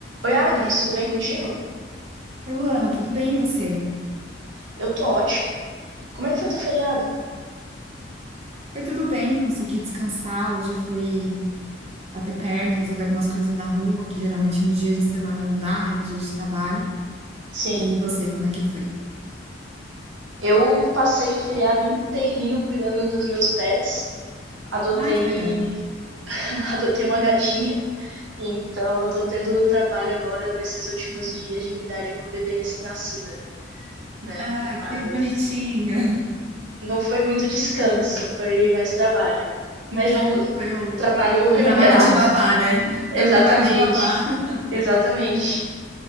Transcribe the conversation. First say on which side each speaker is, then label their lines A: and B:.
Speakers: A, on the right; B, on the right.
A: Oi, Agnes, tudo bem contigo?
B: Oi, Luana, tudo bem e você?
A: Eu tô ótima. Como é que foi teu feriado?
B: Foi tudo bem, consegui descansar. Hoje eu fui bater perna, resolver algumas coisas na rua, que geralmente nos dias de semana não dá, né? Nos dias de trabalho.
A: Sim,
B: E você, como é que foi?
A: eu passei o feriado inteirinho cuidando dos meus pets. Adotei,
B: Ai, que legal.
A: <laughs> adotei uma gatinha, então eu tô tendo trabalho agora nesses últimos dias de cuidar de uma bebê recém-nascida, né?
B: Ah,
A: Mas
B: que bonitinho.
A: não foi muito descanso, foi mais trabalho. Mas não
B: <laughs> Foi o-
A: trabalho remunerado.
B: um trabalho de babá,
A: <laughs>
B: né? <laughs>
A: Exatamente,
B: Foi um trabalho de babá. <laughs>
A: exatamente.